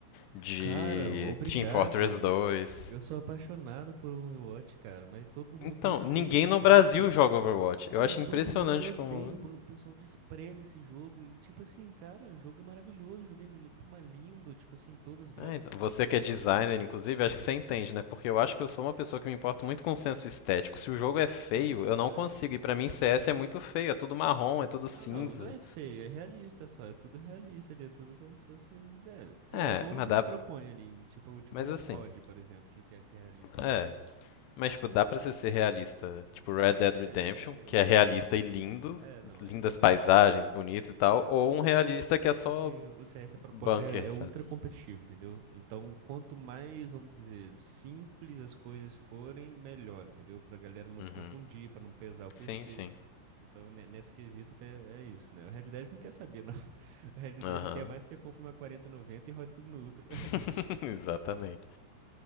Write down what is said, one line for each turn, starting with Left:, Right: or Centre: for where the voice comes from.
Left: de
Right: Cara, obrigado.
Left: Team Fortress 2.
Right: Eu sou apaixonado por Overwatch, cara, mas todo mundo
Left: Então,
Right: odeia
Left: ninguém
Right: esse
Left: no
Right: jogo.
Left: Brasil joga Overwatch.
Right: Mano,
Left: Eu acho
Right: todo
Left: impressionante
Right: mundo odeia,
Left: como.
Right: o po- o pessoal despreza esse jogo. E, tipo assim, cara, o jogo é maravilhoso, o jogo é li- pô, mas lindo, tipo assim, todos os gráficos
Left: Ah, então,
Right: bonitos,
Left: Você que é designer,
Right: jogabilidade.
Left: inclusive, acho que você entende, né? Porque eu acho que eu sou
Right: É,
Left: uma pessoa
Right: cara.
Left: que me importa muito com o senso estético. Se o jogo é
Right: Sim,
Left: feio,
Right: demais.
Left: eu não consigo. E pra mim, CS é muito feio. É tudo marrom, é tudo
Right: Ah,
Left: cinza.
Right: não, não é feio, é realista só, é tudo realista ali, é tudo como se fosse. É, tipo,
Left: É,
Right: é bom
Left: mas
Right: no que
Left: dá.
Right: se propõe ali, tipo, tipo
Left: Mas
Right: um
Left: assim.
Right: COD, por exemplo, que quer ser realista
Left: É.
Right: também.
Left: Mas, tipo, dá pra você ser realista. Tipo, Red Dead
Right: É
Left: Redemption,
Right: diferente.
Left: que é realista e lindo,
Right: É, não,
Left: lindas
Right: é lindo.
Left: paisagens, bonito e tal,
Right: É porque
Left: ou um realista que
Right: É
Left: é só
Right: porque o CS, a proposta
Left: bunker,
Right: é é ultra
Left: sabe?
Right: competitiva, entendeu? Então, quanto mais, vamos dizer, simples as coisas forem, melhor, entendeu? Pra galera não
Left: Uhum.
Right: se confundir, pra não pesar o PC.
Left: Sim, sim.
Right: Então, ne- nesse quesito, até é isso, né? O Red Dead não quer saber, não. <laughs> O Red Dead
Left: Aham.
Right: quer mais que você compre uma quarenta e noventa e roda tudo no Ultra.
Left: <laughs>
Right: <laughs>
Left: Exatamente.